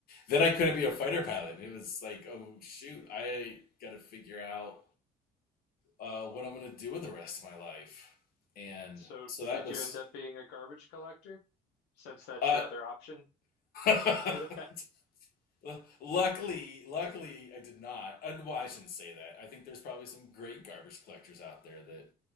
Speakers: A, on the left (about 60°); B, on the left (about 85°).
A: then I couldn't be a fighter pilot. It was like, oh, shoot, I got to figure out uh, what I'm going to do with the rest of my life. And
B: So
A: so that
B: did
A: was,
B: you end up being a garbage collector since that's
A: uh,
B: your other option?
A: <laughs>
B: <laughs> hmm
A: Luckily, luckily, I did not. Uh, well, I shouldn't say that. I think there's probably some great garbage collectors out there that